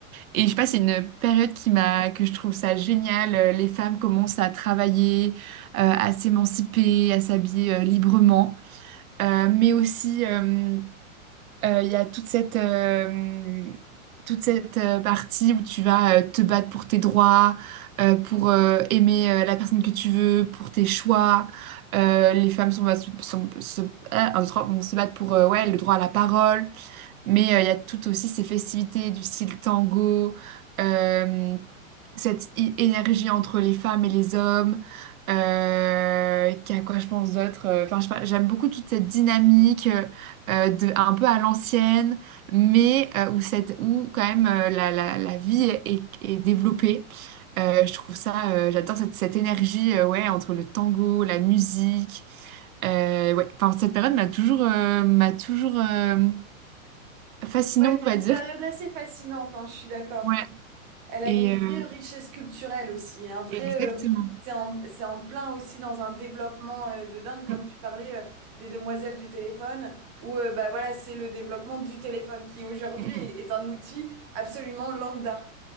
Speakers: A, on the right (about 75°); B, on the right (about 30°).
A: Et je sais pas, c'est une période qui m'a, que je trouve ça génial. Euh, Les femmes commencent à travailler, euh, à s'émanciper, à s'habiller euh, librement. Euh, mais aussi, euh, euh, il y a toute cette, euh, toute cette euh, partie où tu vas euh, te battre pour tes droits, euh, pour euh, aimer euh, la personne que tu veux, pour tes choix. Euh, les femmes sont, sont- se, ah, un, deux, trois, vont se battre pour euh, ouais, le droit à la parole. Mais euh, il y a tout aussi ces festivités du style tango, euh, cette i- énergie entre les femmes et les hommes. Euh, qu'il a quoi je pense d'autre. euh, Enfin, je sais pas, j'aime beaucoup toute cette dynamique euh, euh, de un peu à l'ancienne, mais euh, où cette où quand même euh, la, la, la vie est, est développée. Euh, je trouve ça, euh, j'adore cette, cette énergie euh, ouais entre le tango, la musique. Euh, ouais, enfin, cette période m'a toujours, euh, m'a toujours euh, fascinant,
B: Ouais, c'est
A: on va
B: une
A: dire.
B: période assez fascinante, hein, je suis d'accord.
A: Ouais,
B: Elle a
A: et
B: une vraie
A: euh,
B: richesse culturelle aussi, un vrai,
A: exactement.
B: euh, c'est en, c'est en plein aussi dans un développement euh, de dingue, comme
A: Mm,
B: tu parlais euh, des demoiselles du téléphone, où euh, bah voilà, c'est le développement du téléphone qui aujourd'hui
A: mm, mm.
B: est, est un outil absolument lambda.